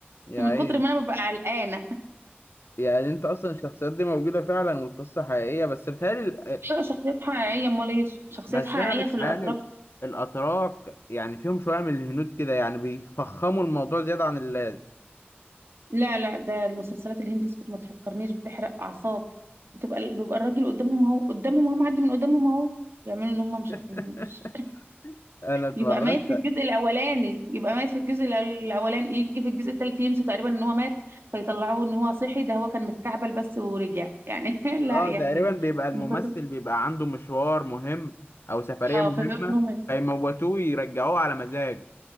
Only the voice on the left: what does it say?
يا
عيني
يعني انت اصلا الشخصيات دي موجودة فعلا والقصة حقيقية بس بتهيألي
بس
انا بتخيل
الاتراك يعني فيهم شويه من الهنود كده يعني بيفخموا الموضوع زياده عن اللازم
<laughs> انا اتفرجت
اه
تقريبا
بيبقى الممثل
بيبقى عنده مشوار مهم او سفريه
مهمه
فيموتوه يرجعوه على مزاج